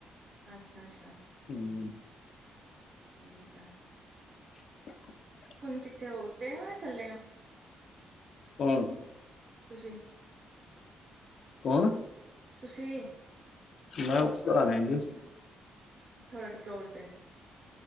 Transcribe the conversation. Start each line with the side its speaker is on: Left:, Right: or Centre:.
Right: ਆੱਛਾ, ਆੱਛਾ, ਅੱਛਾ।
Left: ਹੂੰ।
Right: ਠੀਕ ਆ।
Left: <inaudible>
Right: ਹੁਨ ਕਿੱਥੇ ਓ ਊਤੇ ਓ ਥੱਲੇ ਓ?
Left: ਘਾਰ ਆਂ।
Right: ਤੁਸੀਂ
Left: ਕੌਣ?
Right: ਤੁਸੀਂ।
Left: ਮੈਂ ਉੱਪਰ ਆਏਆਂ ਸੀ।
Right: ਥੜ ਫਲੋਰ ਤੇ।